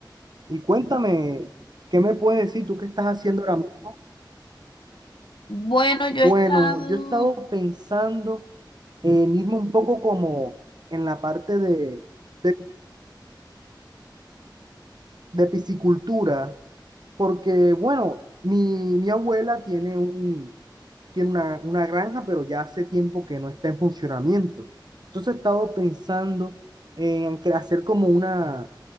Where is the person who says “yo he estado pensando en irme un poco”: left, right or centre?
Right